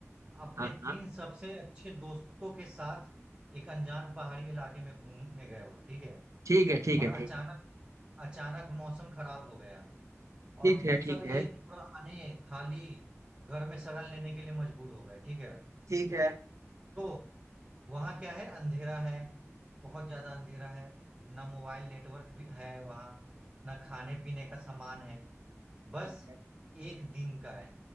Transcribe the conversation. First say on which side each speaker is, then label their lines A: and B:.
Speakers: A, on the right (about 25°); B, on the right (about 75°).
A: अपने
B: हाँ हाँ
A: तीन सबसे अच्छे दोस्तों के साथ एक अनजान पहाड़ी इलाके में घूमने गए हो ठीक है
B: ठीक है ठीक
A: और
B: है ठीक
A: अचानक
B: है
A: अचानक मौसम खराब हो गया और
B: ठीक
A: तुम
B: है
A: सब
B: ठीक
A: एक
B: है
A: पुराने खाली घर में शरण लेने के लिए मजबूर हो गए ठीक है
B: ठीक है
A: तो वहां क्या है अंधेरा है बहुत ज्यादा अंधेरा है ना मोबाइल नेटवर्क भी है वहां ना खाने पीने का सामान है बस
B: ठीक है
A: एक दिन का है